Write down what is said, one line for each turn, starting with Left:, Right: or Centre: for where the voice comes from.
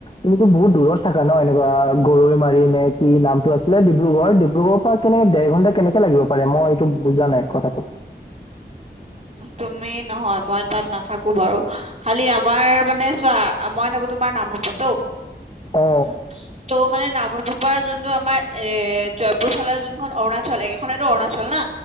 Left: তুমিতো বহুত দূৰত থাকা ন এনেকুৱা গৰৈ মাৰি নে কি নামটো আছিলে ডিব্ৰুগড়, ডিব্ৰুগড়ৰ পৰা কেনেকে দেৰ ঘণ্টা কেনেকে লাগিব পাৰে মই এইটো বুজা নাই কথাটো?
Right: তুমি নহয়, মই তাত নাথাকো বাৰু, খালি আমাৰ মানে চোৱা, মই থাকো তোমাৰ নামৰূপততো,
Left: অ
Right: উম। ত' মানে নামৰুপৰ পৰা যোনটো আমাৰ এ জয়পুৰ ফালৰ যোনখন অৰুণাচল একেখনেই অৰুণাচল না।